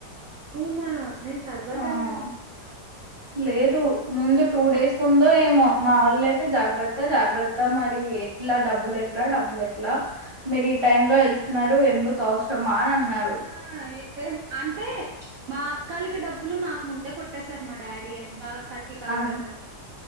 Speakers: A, on the right; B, on the left.
A: అవునా నేను తర్వత
B: ఆ
A: అనుకుంటున్నా
B: లేదు ముందు టూ డేస్ ముందు ఏమో మా వాళ్ళ అయితే జాగ్రత్త, జాగ్రత్త మరి. ఎట్లా డబ్బులు ఎట్లా డబ్బులు ఎట్లా, మీరు ఈ టై లో వెళుతున్నారు ఎందు. కవసరమా అని అన్నారు
A: ఆ ఏ అంటే మా అక్కలకి డబ్బులు, నాకు ముందే కొట్టేసారు మా డాడీ అన్. తా థర్టీ థౌజండ్
B: ఆ
A: అని